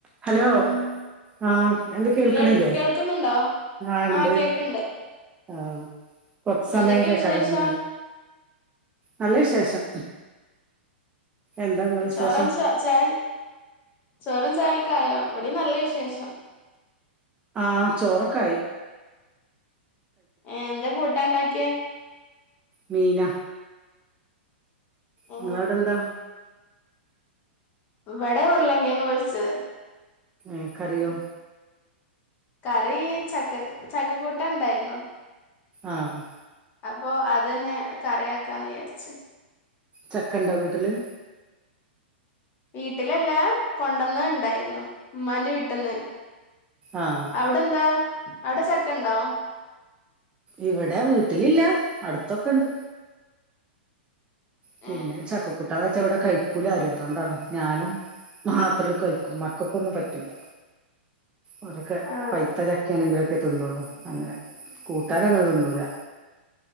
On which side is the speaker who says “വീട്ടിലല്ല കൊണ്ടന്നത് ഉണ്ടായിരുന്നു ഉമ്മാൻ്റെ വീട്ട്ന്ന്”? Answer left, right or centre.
Left